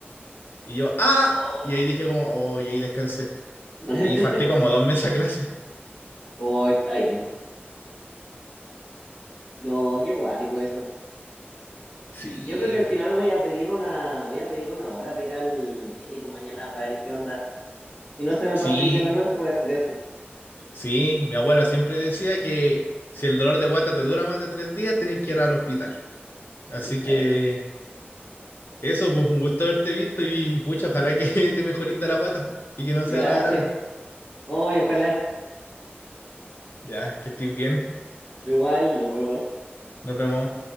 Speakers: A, on the left; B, on the left.
A: y yo, ah,
B: Oh.
A: y ahí dije como, oh, y ahí descansé.
B: <laughs>
A: Y falté como dos meses a clase.
B: Oh, está bien. No, qué guático eso.
A: Sí,
B: Yo creo que al final voy a pedir una, voy a pedir una hora para ir al médico mañana para ver qué onda. Si no se me
A: sí.
B: pasa hoy día en la noche, voy a hacer eso.
A: Sí, mi abuela siempre decía que si el dolor de guata te dura más de tres días, tenés que ir al hospital. Así
B: Sí, está
A: que
B: bien.
A: eso, pues un gusto haberte visto y pucha, ojalá que <laughs> te mejorís de la guata y que no
B: Gracias.
A: sea nada grave.
B: Ay, ojalá.
A: Ya, que estés bien.
B: Igual, nos vemos.
A: Nos vemos.